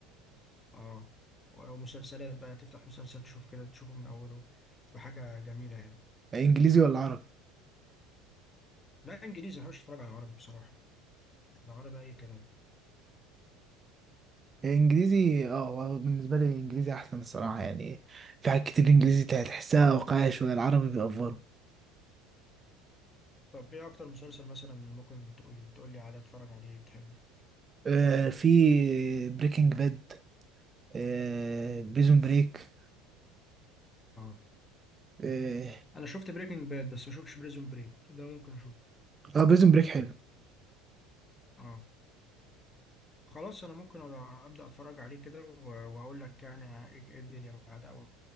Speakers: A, on the left; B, on the right.
A: اه ومسلسلات بقى تفتح مسلسل تشوف كده تشوفه من اوله تبقى حاجة جميلة يعني
B: انجليزي ولا عربي
A: لا انجليزي ما بحبش اتفرج على عربي بصراحة العربي اي كلام
B: انجليزي اه هو بالنسبة لي انجليزي احسن الصراحة يعني في حاجات كتير انجليزي تحسها واقعية شوية العربي بيأفوروا
A: طب ايه اكتر مسلسل مثلا ممكن تقول تقول لي عليه اتفرج عليه بتحبه
B: آه في بريكنج باد آه بريزون بريك
A: اه
B: اه
A: انا شفت بريكنج باد بس ما شفتش بريزون بريك ده ممكن اشوفه
B: آه، بريزون بريك حلو
A: اه خلاص انا ممكن أ- ابدا اتفرج عليه كده و- واقول لك يعني ايه إيه الدنيا بعد اول